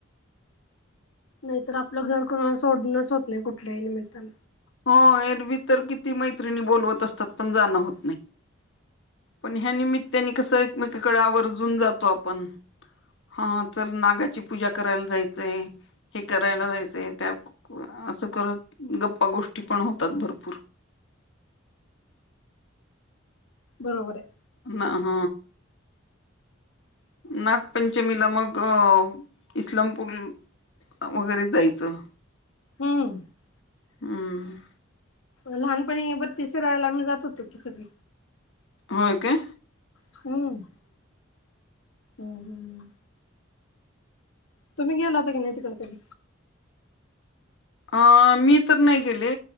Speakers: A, on the left (about 85°); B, on the left (about 65°).
A: नाहीतर आपलं घर कोणा सोडणच होत नाही कुठल्याही निमित्तानं
B: हो एरवीी तर किती मैत्रिणी बोलवत असतात पण जाणं होत नाही पण ह्या निमित्ताने कस एकमेककडे आवर्जून जातो आपण हा च नागाची पूजा करायला जायचंय हे करायला जायचंय त्या असं करत गप्पा गोष्टी पण होतात भरपूर
A: बरोबर आहे
B: ना ह नागपंचमीला मग अ इस्लामपूर वगैरेच जायचं
A: हम्म
B: हम्म
A: लहानपणी बत्तीस श रायला आम्ही जात होतो की सगळे
B: हो काे
A: हम्म हम हम् तुम्ही गेला होता की नाही तिकड ती
B: अ मी तर नाही गेले